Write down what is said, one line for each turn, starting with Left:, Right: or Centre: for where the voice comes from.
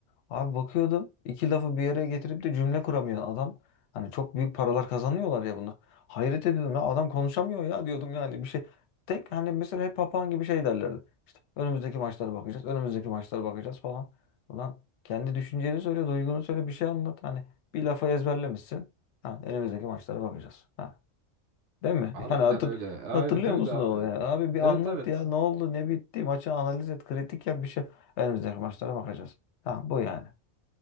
Left: Abi bakıyordum iki lafı bir araya getirip de cümle kuramıyor adam. Hani çok büyük paralar kazanıyorlar ya bunu. Hayret ediyordum ya adam konuşamıyor ya diyordum yani bir şey. Tek hani mesela hep papağan gibi şey derlerdi. İşte önümüzdeki maçlara bakacağız, önümüzdeki maçlara bakacağız falan. Ulan kendi düşünceni söyle, duygunu söyle bir şey anlat. Hani bir lafı ezberlemişsin. Ha, önümüzdeki maçlara bakacağız. Ha. Değil mi?
Right: Harbiden
Left: <laughs> Yani hatır,
Right: öyle <laughs> aynen
Left: hatırlıyor
Right: öyle
Left: musun
Right: abi.
Left: o yani? Abi bir
Right: Evet
Left: anlat
Right: evet
Left: ya ne oldu ne bitti maçı analiz et kritik yap bir şey. Önümüzdeki maçlara bakacağız. Ha bu yani.